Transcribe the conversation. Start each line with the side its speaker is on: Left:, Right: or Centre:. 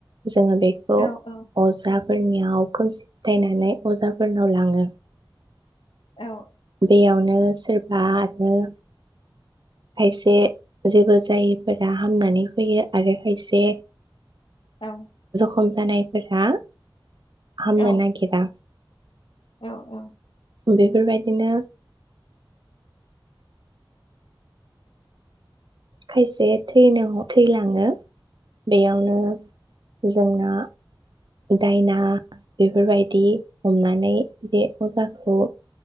Right: जोङो बेखौ
Left: औ औ
Right: अजाब फोरनियाव खोमसि फोथायनानै अजा फोरनाव लाङो।
Left: औ
Right: बेयावनो सोरबा आदनो खायसे जेबो जायैफोरा हामनानै फैयो आरो खायसे
Left: औ
Right: खम जानायफोरा हामनो
Left: औ
Right: नागिरा
Left: औ औ
Right: बेफोरबादिनो खायसे थैनो-थैलाङो। बेयावनो जोंना दायना बेफोरबायदि हमनानै बे अजाखौ